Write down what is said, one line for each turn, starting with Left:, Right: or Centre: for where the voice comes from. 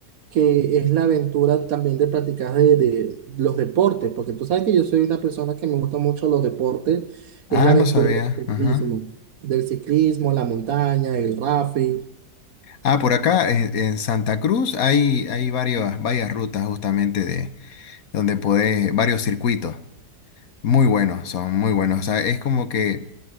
Right: que es la aventura también de practicar de, de los deportes, porque tú sabes que yo soy una persona que me gusta mucho los deportes,
Left: Ah,
Right: es la aventura
Left: no sabía.
Right: del
Left: Ajá.
Right: ciclismo, del ciclismo, la montaña, el rafting.
Left: Ah, por acá en, en Santa Cruz hay, hay varias, varias rutas justamente de donde podés, varios circuitos. Muy buenos, son muy buenos. O sea, es como que